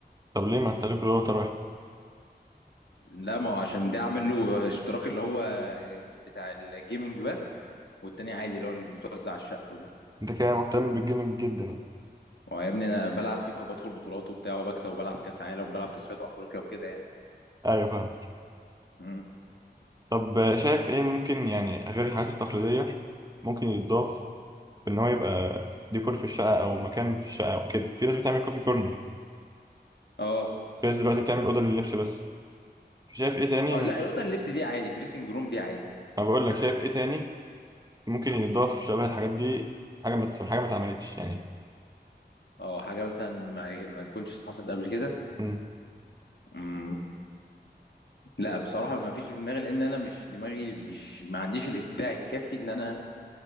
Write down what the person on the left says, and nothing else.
لا ما هو عشان ده عامل له اشتراك اللي هو بتاع الجيمنج بس والتاني عادي اللي هو المتوزع على الشقه كلها
هو يا ابني انا بلعب فيفا وبدخل بطولات وبتاع وبكسب وبلعب كاس عالم وبلعب تصفيات افريقيا وكده يعني
امم
اه
اه
لا الاوضه اللي لبس دي عادي دريسنج روم دي عادي
اه حاجه مثلا ما, ما تكونش حصلت قبل كده
مم. لا بصراحة ما فيش في دماغي لأن أنا مش دماغي مش ما عنديش الإبداع الكافي إن أنا